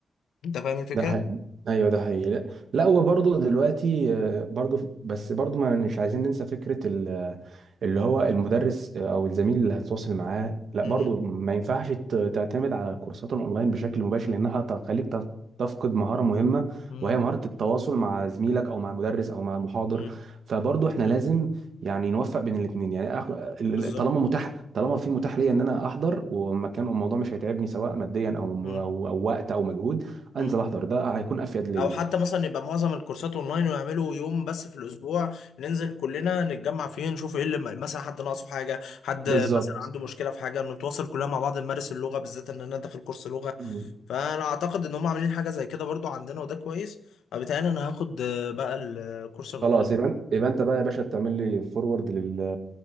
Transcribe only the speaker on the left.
انت فاهم الفكرة؟
مم.
مم.
مم.
بالظبط
مم.
مم.
او حتى مثلا يبقى معظم الكورسات اونلاين ويعملوا يوم بس في الاسبوع ننزل كلنا نتجمع فيه نشوف ايه اللي مثلا حد ناقصه حاجه حد
مثلا عنده مشكله في حاجه نتواصل كلنا مع بعض نمارس اللغه بالذات ان انا داخل كورس لغه
فانا اعتقد ان هم عاملين حاجه زي كده برضو عندنا وده كويس فبالتالي انا هاخد آه، بقى الكورس الاونلاين